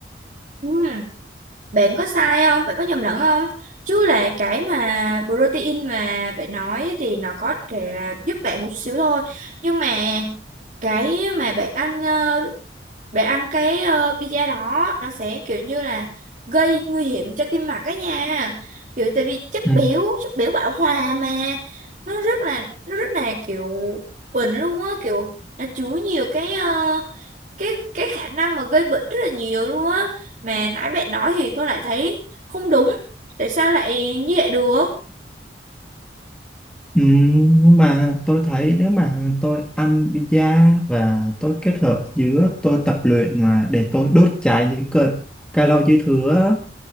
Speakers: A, on the right; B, in the centre.
A: ừ. Bạn có sai không? Bạn có nhầm lẫn không? Chứ là cái mà protein mà bạn nói thì nó có thể là giúp bạn một chút xíu thôi. Nhưng mà cái mà bạn ăn ờ, bạn ăn cái ờ, pizza đó nó sẽ kiểu như là gây nguy hiểm cho tim mạch đó nha. Kiểu tại vì chất
B: ừ.
A: béo, chất béo bão hòa mà nó rất là nó rất là kiểu bệnh luôn á, kiểu nó chứa nhiều cái ờ, cái cái khả năng mà gây bệnh rất là nhiều luôn á mà nãy bạn nói thì tôi lại thấy không đúng tại sao lại như vậy được
B: Ừ, nhưng mà tôi thấy nếu mà tôi ăn pizza và tôi kết hợp giữa tôi tập luyện mà để tôi đốt cháy những calo calo dư thừa á,